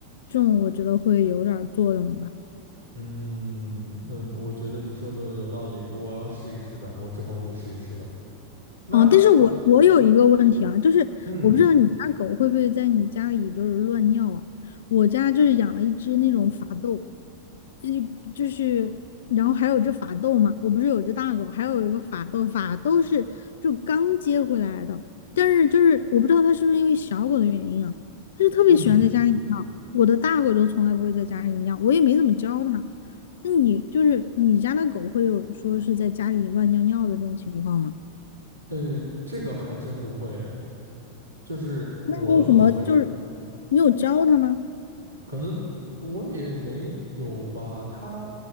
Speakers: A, on the left; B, on the right.
A: 这种我觉得会有点儿作用吧。
B: 嗯嗯，我觉得你说的有道理，我要试一试的，我之后会试一试的。那我
A: 哦，但是我我有一个问题啊，就是我不知道你家狗会不会在你家里就是乱尿啊？
B: 嗯
A: 我家就是养了一只那种法斗，呃，就是然后还有只法斗嘛，我不是有只大狗，还有一个法斗，法斗是就刚接回来的，但是就是我不知道它是不是因为小狗的原因啊，它就特别喜欢在家里尿，
B: 嗯
A: 我的大狗就从来不会在家里尿，我也没怎么教它。那你就是你家的狗会有说是在家里乱尿尿的这种情况吗？
B: 呃，这个还真不会诶，就是我的狗还
A: 那你有什么就是你有教他吗？
B: 可能我也没有吧，他